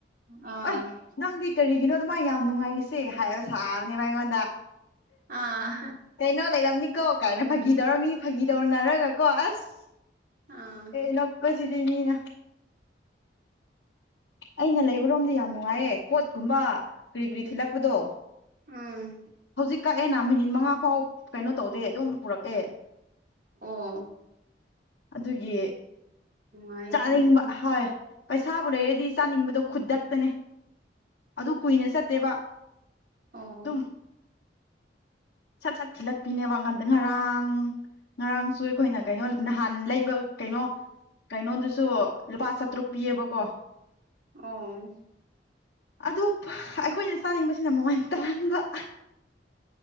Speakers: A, on the right; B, on the left.
A: ꯑꯥ
B: ꯑꯣꯁ ꯅꯪꯗꯤ ꯀꯔꯤꯒꯤꯅꯣ ꯑꯗꯨꯃꯥꯏ ꯌꯥꯝ ꯅꯨꯡꯉꯥꯏꯔꯤꯁꯦ ꯍꯥꯏꯕ ꯁꯥꯕꯅꯦꯕ ꯑꯩꯉꯣꯟꯗ
A: ꯑꯥ
B: ꯀꯩꯅꯣ ꯂꯩꯔꯝꯅꯤꯀꯣ ꯀꯥꯏꯅ ꯐꯥꯒꯤ ꯇꯧꯔ ꯃꯤ ꯐꯥꯒꯤ ꯇꯧꯅꯔꯒ ꯀꯣ ꯑꯁ
A: ꯑꯥ
B: ꯅꯣꯛꯄꯁꯤꯗꯤ ꯃꯤꯅ ꯑꯩꯅ ꯂꯩꯕꯔꯣꯝꯗꯤ ꯌꯥꯝ ꯅꯨꯡꯉꯥꯏꯌꯦ ꯄꯣꯠꯀꯨꯝꯕ ꯀꯔꯤ ꯀꯔꯤ ꯊꯤꯜꯂꯛꯄꯗꯣ
A: ꯎꯝ
B: ꯍꯧꯖꯤꯛ ꯀꯛꯑꯦꯅ ꯃꯤꯅꯤꯠ ꯃꯉꯥ ꯐꯥꯎ ꯀꯩꯅꯣ ꯇꯧꯗꯦ ꯑꯗꯨꯝ ꯄꯨꯔꯛꯑꯦ
A: ꯑꯣ
B: ꯑꯗꯨꯒꯤ
A: ꯅꯨꯡꯉꯥꯏꯅꯦ
B: ꯆꯥꯅꯤꯡꯕ
A: ꯑꯗꯨꯗꯤ
B: ꯍꯣꯏ ꯄꯩꯁꯥꯕꯨ ꯂꯩꯔꯗꯤ ꯆꯥꯅꯤꯡꯕꯗꯣ ꯈꯨꯗꯛꯇꯅꯦ ꯑꯗꯨ ꯀꯨꯏꯅ ꯆꯠꯇꯦꯕ
A: ꯑꯣ
B: ꯇꯨꯝ
A: <inaudible>
B: ꯁꯠ ꯁꯠ ꯊꯤꯜꯂꯛꯄꯤꯅꯦꯕ ꯉꯟꯗ ꯉꯔꯥꯡ ꯉꯔꯥꯡꯁꯨ ꯑꯩꯈꯣꯏꯅ ꯀꯩꯅꯣ ꯅꯍꯥꯟ ꯂꯩꯕ ꯀꯩꯅꯣ ꯀꯩꯅꯣꯗꯨꯁꯨ ꯂꯨꯄꯥ ꯆꯥꯇ꯭ꯔꯨꯛ ꯄꯤꯌꯦꯕꯀꯣ
A: ꯑꯎꯝ
B: ꯑꯗꯨ ꯑꯩꯈꯣꯏꯅ ꯆꯥꯅꯤꯡꯕꯁꯤꯅ ꯃꯃꯟ ꯇꯥꯡꯕ